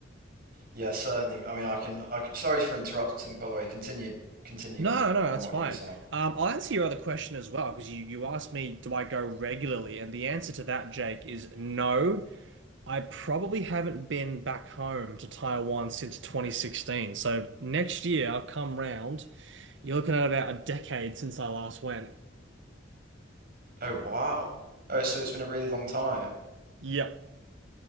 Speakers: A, on the right; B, on the right.
A: yeah, certainly. I mean, I can, I can, sorry for interrupting, by the way. Continue, continue
B: No,
A: on
B: no, that's
A: on what
B: fine.
A: you were saying.
B: Um, I'll answer your other question as well because you, you asked me, do I go regularly? And the answer to that, Jake, is no. I probably haven't been back home to Taiwan since 2016. So next year I'll come round. You're looking at about a decade since I last went.
A: Oh, wow. Oh, so it's been a really long time.
B: Yep.